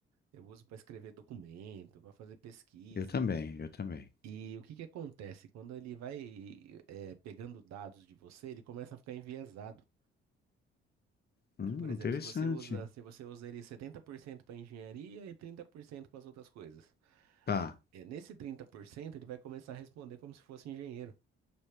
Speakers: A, on the right (about 65°); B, on the left (about 35°).
A: eu uso para escrever documento, para fazer pesquisa.
B: Eu também, eu também.
A: E o que que acontece? Quando ele vai, é, pegando dados de você, ele começa a ficar enviesado.
B: Hum,
A: Por exemplo,
B: interessante.
A: se você usa, se você usa ele 70% para engenharia e 30% para as outras coisas.
B: Tá.
A: É, Nesse 30% ele vai começar a responder como se fosse engenheiro.